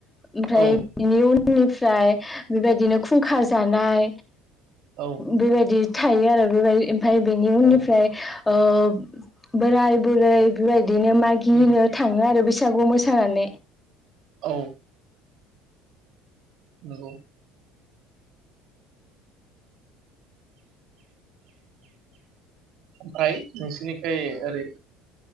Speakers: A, on the left; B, on the right.
A: ओमफ्राय
B: औ
A: बिनि उन फुंनिफ्राय बेबायदिनो खुंखा जानाय
B: औ
A: बेबायदि थायो आरो बेबाय ओमफाय बेनि उननिफ्राय
B: औ
A: ओ बोराय बुरै बेबाय बिदिनो मागिनो
B: उम
A: थाङो आरो बै सागु मोसानानै।
B: औ नोंगौ ओमफ्राय नोंसिरनिखोय ओरै